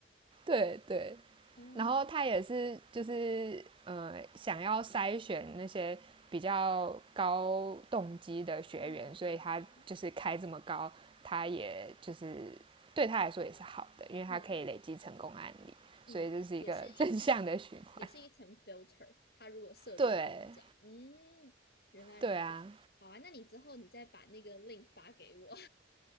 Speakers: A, on the right (about 30°); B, on the left (about 60°).
A: 对对。
B: 嗯
A: 然后他也是就是呃，想要筛选那些比较高动机的学员，
B: 嗯嗯嗯
A: 所以他就是开这么高，他也就是对他来说也是好的，因为他可以累积成功案例，
B: 嗯嗯，
A: 所以这是一个
B: 也是一层，
A: <laughs> 正向的循环。
B: 也是一层 filter。它如果设这个单价，
A: 对
B: 嗯，原来如此。
A: 对啊，
B: 好啊，那你之后你再把那个 link 发给我。